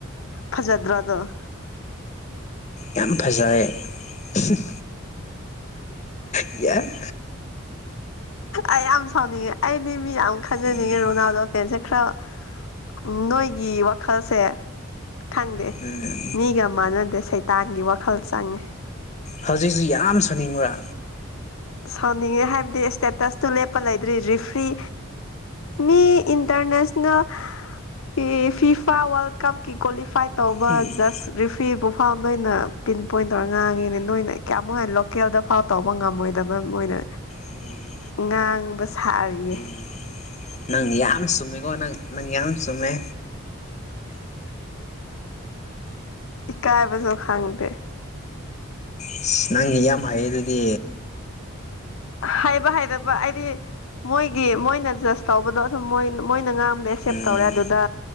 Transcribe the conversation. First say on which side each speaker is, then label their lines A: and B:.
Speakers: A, on the left (about 80°); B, on the left (about 35°).
A: ꯐꯖꯗ꯭ꯔꯣꯗꯣ <inaudible>
B: ꯌꯥꯝ ꯐꯖꯩ <inaudible> ꯌꯥ <inaudible>
A: ꯑꯩ ꯌꯥꯝ ꯁꯥꯎꯅꯤꯡꯉꯦ ꯑꯩꯗꯤ ꯃꯤ ꯌꯥꯝ ꯈꯟꯖꯅꯤꯡꯉꯦ
B: ꯎꯝ
A: ꯔꯣꯅꯥꯜꯗꯣ ꯑꯦꯦꯟꯁꯦ ꯈꯔ ꯅꯣꯏꯒꯤ ꯋꯥꯈꯜꯁꯦ ꯈꯪꯗꯦ
B: ꯎꯝ
A: ꯃꯤꯒ ꯃꯥꯟꯅꯗꯦ ꯁꯩꯇꯥꯟꯒꯤ ꯋꯥꯈꯜ ꯆꯪꯉꯦ
B: ꯍꯧꯖꯤꯛꯁꯤ ꯌꯥꯝ ꯁꯥꯅꯤꯡꯕ꯭ꯔꯥ
A: ꯁꯥꯎꯅꯤꯡꯉꯦ ꯍꯥꯏꯕꯗꯤ ꯏꯁꯇꯦꯇꯁꯇꯨ ꯂꯦꯞꯄ ꯂꯩꯗ꯭ꯔꯤ ꯔꯤꯐ꯭ꯔꯤ ꯃꯤ ꯏꯟꯇꯔꯅꯦꯁꯅꯦꯜ ꯑꯦ ꯐꯤꯐꯥ ꯋꯥꯔꯜ ꯀꯞꯀꯤ ꯀ꯭ꯋꯥꯂꯤꯐꯥꯏ ꯇꯧꯕ
B: ꯎꯝ
A: ꯖꯁ ꯔꯤꯐ꯭ꯤ ꯄꯨꯨ ꯐꯥꯎ ꯅꯣꯏꯅ ꯄꯤꯟ ꯄꯣꯏꯟ ꯇꯧꯔ ꯉꯥꯡꯉꯤꯅꯦ ꯅꯣꯏꯅ ꯀꯌꯥꯃꯨꯛ ꯍ ꯂꯣꯀꯦꯜꯗ ꯐꯥꯎ ꯇꯧꯕ ꯉꯝꯃꯣꯏꯅ ꯗꯣꯏꯅ
B: ꯎꯝ
A: ꯉꯥꯡꯕ ꯁꯥꯔꯤꯌꯦ
B: ꯎꯝ ꯅꯪ ꯌꯥꯝ ꯁꯨꯝꯃꯦꯀꯣ ꯅꯪ ꯅꯪ ꯌꯥꯝ ꯁꯨꯝꯃꯦ
A: ꯏꯀꯥꯏꯕꯁꯨ ꯈꯪꯗꯦ
B: ꯑꯁ ꯅꯪꯁ ꯌꯥꯝ ꯍꯩꯌꯦ ꯑꯗꯨꯗꯤ
A: ꯍꯥꯏꯕ ꯍꯥꯏꯩꯕ ꯍꯥꯏꯗꯤ ꯃꯣꯏꯒꯤ ꯃꯣꯏꯅ ꯖꯁ ꯇꯧꯕꯗꯣ ꯑꯗꯨꯝꯣꯏ ꯃꯣꯏꯅ ꯉꯥꯡ ꯁꯦꯞ
B: ꯎꯝ
A: ꯇꯧꯔꯦ ꯑꯗꯨꯗ